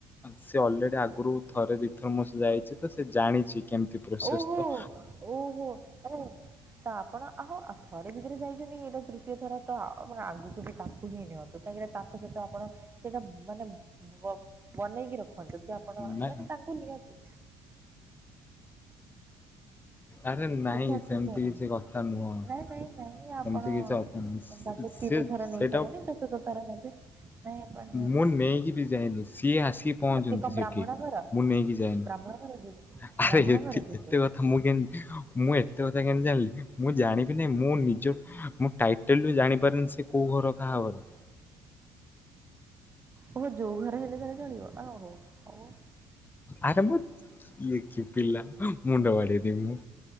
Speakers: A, on the left (about 20°); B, on the right (about 25°).
A: ସିଏ ଅଲେ ଏ ଆଗରୁ ଥରେ ଦିଇଥର ମୋ ସହ ଯାଇଚିତ ସେ ଜାଣିଛି କେମିତି ପ୍ରୋସେସତ
B: ଓହୋ ଓହୋ <unintelligible> ତ ଆପଣ ଆହୋ ଥରେ ଦିଥର ଯାଇଛନ୍ତିକି ଏଇଟା ତୃତୀୟ ଥରତ ଆ ଆଗକୁବି ତାଙ୍କୁହିଁ ନିଅ। କାହିଁକିନା ତାଙ୍କ ସହିତ ଆପଣ ସେଇଟା ମାନେ ବ ବନେଇକି ରଖ। କି ଆପଣ
A: ନା
B: ମାନେ ତାଙ୍କୁ ନିଅନ୍ତୁ।
A: ଆରେ ନାଇଁ
B: କିଛି ଅସୁବିଧା
A: ସେମିତି
B: ନାହିଁ
A: କିଛି କଥା ନୁହଁ।
B: ନାଇଁ ନାଇଁ ନାଇଁ ଆପଣ?
A: ସେମିତି କିଛି କଥା ନାହିଁ।
B: ତ ତାକୁ ତିନି
A: ସେ
B: ଥର ନେଇ
A: ସେଇଟା
B: ସାରିଲେଣି ଚତୁର୍ଥ ଥର ନେବେ। ନାଇଁ ଆପଣ ନିଅନ୍ତୁ
A: ମୁଁ ନେଇକିବି ଯାଏନି ସିଏ ଆସିକି ପହଞ୍ଚନ୍ତୁ
B: ଆଉ ସେ କଣ ବ୍ରାହ୍ମଣ
A: ସେଠି।
B: ଘର
A: ମୁଁ ନେଇକି ଯାଏନି
B: ବ୍ରାହ୍ମଣ ଘର କି?
A: ଆରେ
B: ବ୍ରାହ୍ମଣ
A: ଏତେ
B: ଘର କି
A: ଏତେ
B: ସେ
A: କଥ ମୁଁ କେମିତି ମୁଁ ଏତେ କଥା କେମତି ଜାଣିଲି ମୁଁ ଜାଣିବିନି ନି ମୁଁ ନିଜ ମୁ ଟାଇଟେଲରୁ ଜାଣିପାରିନି ସେ କୋଉ ଘର କାହା ଘର
B: ଓହୋ ଯୋଉ ଘରେ ହେଲେ ତାହେଲେ ଚଳିବ ଆହୋଉ ହୋଉ।
A: ଆରେ ମୁଁ ଇଏକି ପିଲା ମୁଣ୍ଡ ବାଡେଇଦେବି ମୁଁ।